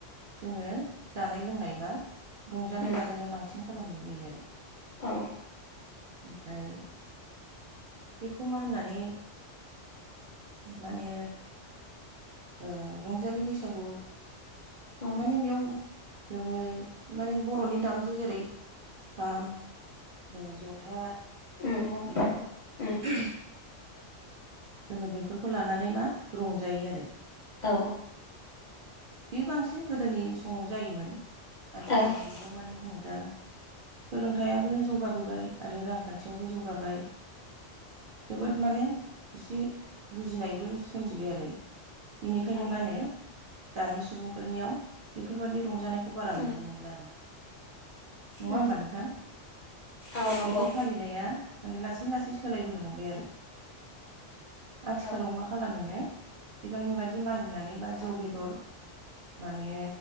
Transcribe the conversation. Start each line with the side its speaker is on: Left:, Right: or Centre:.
Right: जोङो जानाय लोंनाय बा रंजानाय
Left: उम
Right: बाजानाय बांसिन खालामनाय जायो आरो
Left: औ
Right: ओमफ्राय बेखौ मा होननानै माने ओ रंजालि बैसागु
Left: उम
Right: माने बेयाव जोङो माने बर'नि दामजु जेरै खाम ओ ज'था सिफुं
Left: उम औ
Right: <unintelligible> जोङो बेफोरखौ लानानै मा रंजायो आरो
Left: औ
Right: बे बांसिन गोदोनि समाव जायोमोन आथिखालनि
Left: औ
Right: जुगाव माने जोङो दा सोलोंथाइयाबो जौगाबोबाय आरो रांखान्थियावबो जौ ग्वाबाय जोबोद
Left: उम
Right: माने इसे बुजिनायबो सोमजिबाय आरो बेनिखायनो
Left: औ
Right: मानो दानि सुबुंफोरनियाव बेफोरबायदि रंजानायखौ बारा
Left: उम
Right: नुनो मोनला आरो नङा
Left: उम
Right: होमबा नोंथां
Left: औ नंगौ
Right: बेफोर फालि नाया माने लासै-लासै सोलायबोनो हमबाय आरो आथिखालाव
Left: औ
Right: मा खालामोनो सिगांनि बादि मागिनानै बा जौ
Left: औ
Right: बे दर माने